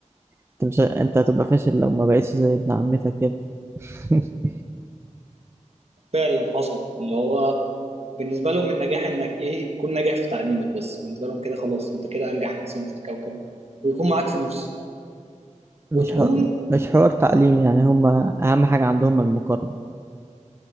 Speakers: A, on the right (about 20°); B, on the right (about 55°).
A: انت مش انت هتبقى فاشل لو ما بقيتش زي ابن عمتك كده <laughs>
B: فعلا حصل اللي هو بالنسبة لهم النجاح انك ايه تكون ناجح في تعليمك بس بالنسبة لهم كده خلاص انت كده انجح انسان في الكوكب ويكون معاك فلوس
A: مش
B: وتكون
A: حو... مش حوار تعليم يعني هما اهم حاجة عندهم المقارنة